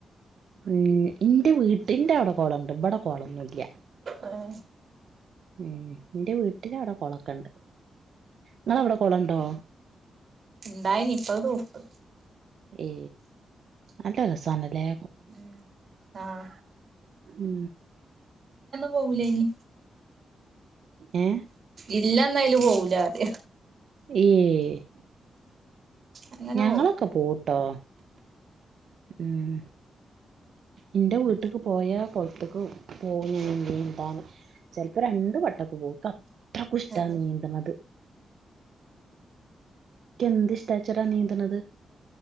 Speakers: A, on the right; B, on the right.
A: ഉ ഇന്റെ വീട്ടന്റെ അവിടെ കോളുണ്ട് ഇവിടെ കോളം നുല്ല
B: ആഹ്
A: ഉം ഇന്റെ വീട്ടില അവിടെ കൊളക്കണ്ട് നിങ്ങള അവിടെ കൊളണ്ടോ
B: ഉണ്ടായിനി ഇപ്പ തൂർത്
A: ഏ നല്ല രസണ്ലെ
B: ഉ ആഹ
A: ഉം
B: പോവൂലേനി
A: ഏ
B: ഇല്ലാന്നായ്ല് പോവുല അറ്യ
A: ഏഹ്
B: അങ്ങനെ
A: ഞങ്ങളൊക്കെ
B: പോവൂല
A: പോഉട്ടോ ഉം ഇന്റെ വീട്ട്ക്ക് പോയ കൊള്ത്ത്ക്ക് പോഉം നീ നീന്താന് ചെല്പം രണ്ടു വടൊക്കെ പോവും അത്രക്കു ഷ്ടാ
B: ആഹ്
A: നീന്ത്ണത് എന്ത് ഇഷ്ടാച്ചറാ നീന്ത്ണത്